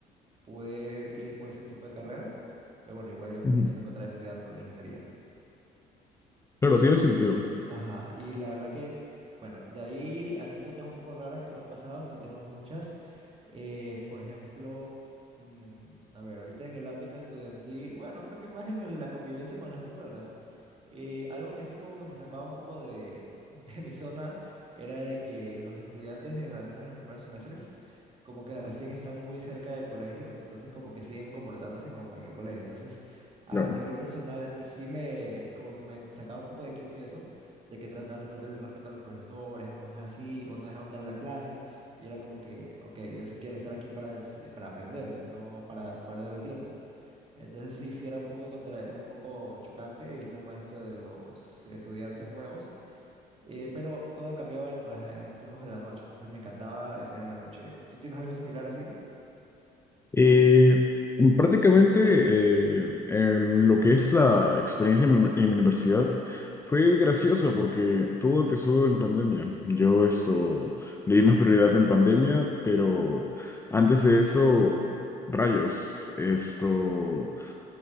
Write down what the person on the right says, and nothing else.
pude ir por ese tipo de carreras, pero bueno, igual ya, me-
ya me encontraba estudiando la ingeniería.
Y
Ajá, y la verdad que, bueno, de ahí anécdotas un poco raras que me han pasado, sí tenemos muchas. Eh, por ejemplo, mm, a ver, ahorita en el ámbito estudiantil, bueno, creo que más en el- la convivencia con las personas. eh, algo que sí como que me sacaba un poco de, <laughs> de mi zona era de que los estudiantes, en, al menos en los primeros semestres, como que recién están muy cerca del colegio, entonces como que siguen comportándose como en el colegio. Entonces, a
nivel personal, sí me, como que me sacaba un poco de quicio eso de que trataban de faltarle el respeto a los profesores o cosas así, o no dejaban dar la clase, y era como que, ok, yo sí quiero estar aquí para, es- eh, para aprender, no para perder el tiempo. Entonces sí, sí era un poco contra, un poco chocante el tema este de los estudiantes nuevos, eh, pero todo cambiaba en las- en los turnos de la noche, entonces me encantaba estar en la noche. ¿Tú tienes algo similar así?